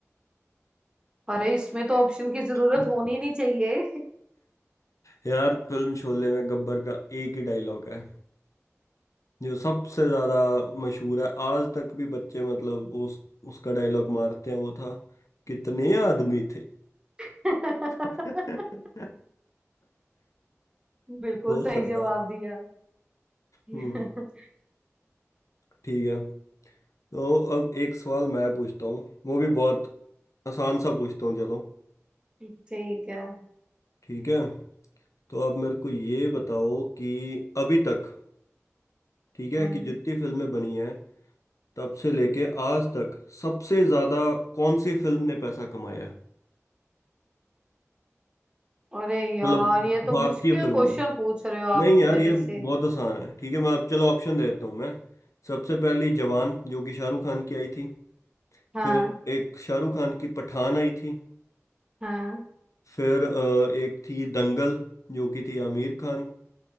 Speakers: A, on the right; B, on the left.
A: अरे इसमें तो ऑप्शन की जरूरत
B: <laughs>
A: होनी नहीं चाहिए
B: यार फिल्म शोले में गब्बर का एक ही डायलॉग है जो सबसे ज्यादा मशहूर है आज तक भी बच्चे मतलब उस उसका डायलॉग मारते हैं वो था कितने आदमी थे
A: <laughs>
B: <laughs>
A: बिल्कुल
B: दो
A: सही
B: सरदार
A: जवाब दिया <laughs> ठीक
B: हम्म ठीक है तो अब एक सवाल मैं पूछता हूँ वो भी बहुत आसान सा पूछता हूँ चलो
A: है
B: ठीक है तो अब मेरे को ये बताओ कि अभी तक ठीक है
A: हम्म,
B: कि जितनी फिल्में बनी हैं तब से लेके आज तक सबसे ज्यादा कौन सी फिल्म ने पैसा कमाया है
A: अरे यार
B: मतलब
A: ये तो
B: भारतीय
A: मुश्किल
B: फिल्म
A: क्वेश्चन
B: में
A: पूछ रहे हो आप
B: नहीं यार
A: मेरे
B: ये
A: से
B: बहुत आसान है ठीक है मैं अब चलो ऑप्शन दे देता हूँ मैं सबसे पहली जवान जो कि शाहरुख खान की आई थी
A: हाँ
B: फिर एक शाहरुख खान की पठान आई थी
A: हाँ
B: फिर अ, एक थी दंगल जो कि थी आमिर खान